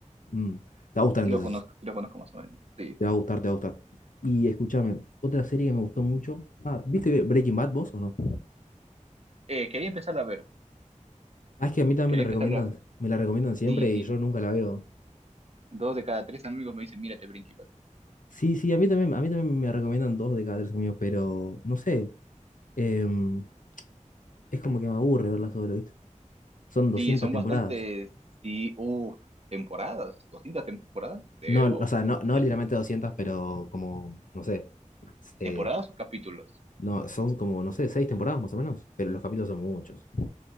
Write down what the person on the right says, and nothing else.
lo
conozco, sí lo conozco más o menos. Sí,
sí.
Eh, quería empezarla a ver,
quería
empezarla a ver.
Sí,
sí.
Dos de cada tres amigos me dicen, mírate Breaking Bad.
Sí, son
bastantes, sí, uff, temporadas, 200 temporadas, creo.
Sí,
¿Temporadas o capítulos?